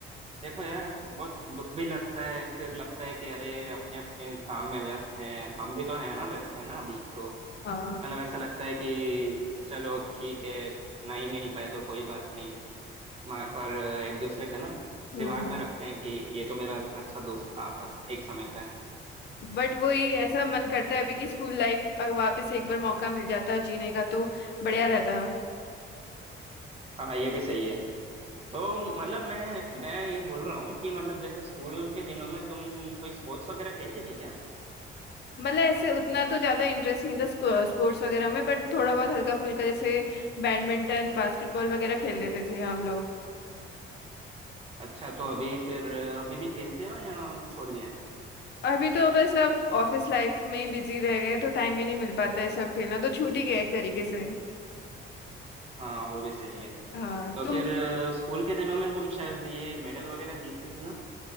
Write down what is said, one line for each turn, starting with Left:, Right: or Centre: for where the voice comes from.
Right: देखो यार बहुत दुख भी लगता है फिर लगता है कि अरे अपने अपने काम में व्यस्त हैं हम भी तो हैं ना व्यस्त हैं ना अभी तो
Left: हाँ
Right: मतलब ऐसा लगता है कि चलो ठीक है नहीं मिल पाए तो कोई बात नहीं म- पर एक दूसरे का ना
Left: हम्म
Right: दिमाग में रखते हैं कि ये तो मेरा अच्छा दोस्त था तब एक समय पे
Left: बट वही ऐसा मन करता है अभी कि स्कूल लाइफ अगर वापस एक बार मौका मिल जाता जीने का तो बढ़िया रहता
Right: हाँ ये भी सही है तो मतलब मैं मैं ये बोल रहा हूँ कि मतलब जैसे स्कूल के दिनों में तुम कोई स्पोर्ट्स वगैरह खेलती थी क्या
Left: मतलब ऐसे उतना तो ज्यादा इंटरेस्ट नहीं था स्पोर्ट्स वगैरह में बट थोड़ा बहुत हल्का फुल्का जैसे बैडमिंटन बास्केटबॉल वगैरह खेल लेते थे हम लोग
Right: अच्छा तो अभी फिर अभी भी खेलते हो या छोड़ दिया है
Left: अभी तो बस अब ऑफिस लाइफ में ही बिजी रह गए तो टाइम ही नहीं मिल पाता है सब खेलना तो छूट ही गया एक तरीके से
Right: हाँ वो भी सही है
Left: हाँ
Right: तो
Left: तुम
Right: फिर अ, स्कूल के दिनों में तुम शायद ये मेडल वगैरह जीतती थी ना